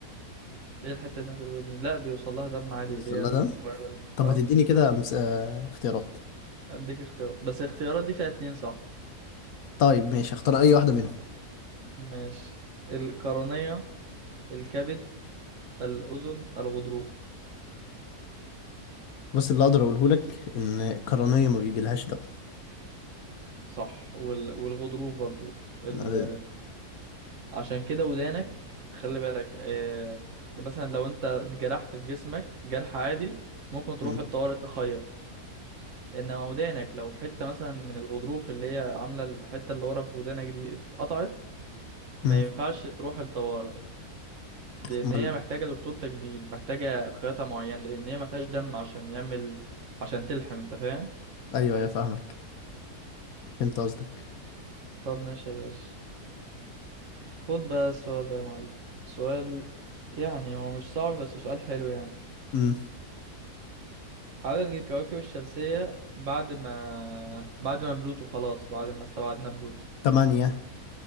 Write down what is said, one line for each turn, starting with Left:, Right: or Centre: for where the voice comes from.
Right: ايه الحته بتاعت الودن لا بيوصل لها دم عادي
Left: السلة
Right: اللي هي الصغيره
Left: ده
Right: دي
Left: طب
Right: اه
Left: ما تديني كده مس... آه، اختيارات
Right: اديك اختيارات بس الاختيارات دي فيها اتنين صح
Left: طيب ماشي اختار اي واحدة منهم
Right: ماشي القرنية الكبد الأذن الغضروف
Left: بص اللي اقدر اقوله لك ان القرنية ما بيجيلهاش دم
Right: صح وال... والغضروف برضو ال...
Left: يعني-
Right: عشان كده ودانك خلي بالك آه... مثلا لو انت اتجرحت في جسمك جرح عادي ممكن تروح
Left: مم.
Right: الطوارئ تخيط انما ودانك لو حتة مثلا من الغضروف اللي هي عاملة الحتة اللي ورا في ودانك دي اتقطعت
Left: مم.
Right: ما ينفعش تروح الطوارئ لان
Left: امال
Right: هي محتاجة دكتور تجميل محتاجة خياطة معينة لان هي ما فيهاش دم عشان يعمل عشان تلحم انت فاهم
Left: ايوه ايوه فاهمك فهمت قصدك
Right: طب ماشي يا باشا خد بقى السؤال ده يا معلم سؤال يعني هو مش صعب بس سؤال حلو يعني
Left: امم
Right: عدد الكواكب الشمسية بعد ما بعد ما بلوتو خلاص بعد ما استبعدنا بلوتو
Left: تمانية